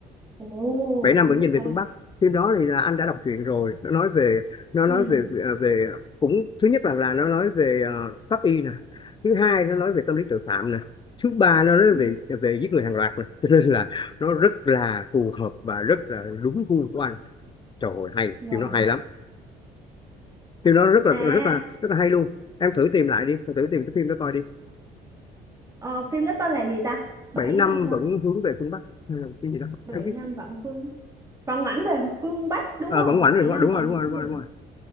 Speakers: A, on the right; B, on the left.
A: ồ
B: bảy
A: của
B: năm
A: Trung
B: vẫn
A: Quốc
B: nhìn về
A: hả
B: phương Bắc phim đó thì là anh đã đọc truyện rồi nó nói về nó nói
A: ừ
B: về à, về cũng thứ nhất là là nó nói về ờ, pháp y nè thứ hai nó nói về tâm lý tội phạm nè thứ ba nó nói
A: ừ
B: về về giết người hàng loạt nè cho nên là nó rất là phù hợp và rất là đúng gu của anh trời ơi, hay
A: wow
B: phim nó hay lắm phim nó rất là
A: à
B: rất là rất là hay luôn em thử tìm lại đi em thử tìm cái phim đó coi đi
A: ờ, phim đó tên là gì ta bảy
B: bảy năm
A: năm
B: vẫn
A: à?
B: hướng về phương Bắc Hay là cái gì đó
A: bảy
B: em biết
A: năm vạn phương Phận ảnh về phương Bắc đúng
B: Ờ,
A: không?
B: vẫn ngoảnh
A: bảy
B: về phương
A: năm
B: Bắc đúng
A: phận
B: rồi đúng rồi đúng
A: ảnh
B: rồi
A: về
B: đúng rồi